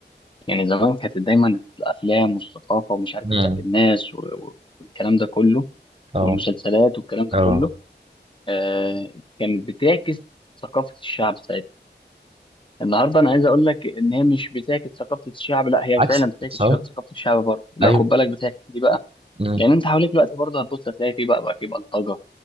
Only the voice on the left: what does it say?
يعني زمان كانت دايما الأفلام والثقافة ومش عارف
إيه بتاعت الناس و- و- والكلام ده كله
والمسلسلات والكلام ده
كله آه، كانت بتعكس ثقافة الشعب ساعتها النهارده انا عايز اقول لك ان هي مش بتعكس ثقافة الشعب لا هي
فعلا بتعكس
شع- ثقافة الشعب برضه لا
خد بالك بتعكس دي بقى
لان انت حواليك دلوقتي برضه هتبص هتلاقي في بقى بقى في بلطجة